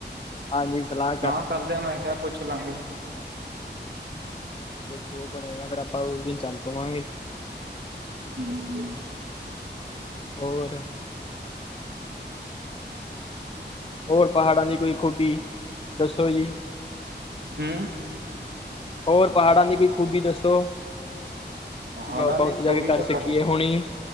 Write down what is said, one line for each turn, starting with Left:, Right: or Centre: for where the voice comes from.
Left: ਹਾਂਜੀ ਸਲਾ
Right: ਨਾ ਕਰਦੇ ਆਂ ਮੈਂ ਕਿਹਾ ਪੁੱਛ ਲਾਂਗੇ।
Left: ਫਿਰ ਜੋ ਬਣੇਗਾ ਫਿਰ ਆਪਾਂ ਉਸ ਦਿਨ ਚੱਲ ਪਵਾਂਗੇ।
Right: ਹੂੰ
Left: ਹੋਰ? ਹੋਰ ਪਹਾੜਾਂ ਦੀ ਕੋਈ ਖੁਬੀ ਦੱਸੋ ਜੀ?
Right: ਹੂੰ
Left: ਹੋਰ ਪਹਾੜਾਂ ਦੀ ਕੋਈ ਖੂਬੀ ਦੱਸੋ?
Right: ਪਹਾੜਾਂ
Left: ਲ ਪਾਓ
Right: ਦੀ
Left: ਓਥੇ
Right: ਖੂਬੀ
Left: ਜਾ ਕੇ ਕਰ
Right: ਤਾਂ
Left: ਸਕੀਏ
Right: ਬਹੁਤ
Left: ਹੁਣੀ।